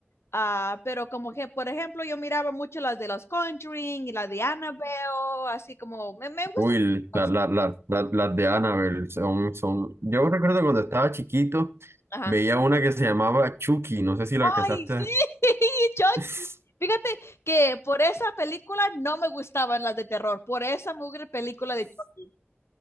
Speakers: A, on the left; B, on the right.
A: ah, pero como que, por ejemplo, yo miraba mucho las de los Conjuring y la de Annabelle, así como, me, me gustan.
B: Uy,
A: las-
B: la- la- la- la- las de Annabelle son, son... Yo recuerdo cuando estaba chiquito,
A: Ajá.
B: veía una que se llamaba Chucky, no sé si la alcanzaste.
A: Ay, sí,
B: a-
A: <laughs> Chucky.
B: <laughs>
A: Fíjate que por esa película no me gustaban las de terror, por esa mugre película de Chucky.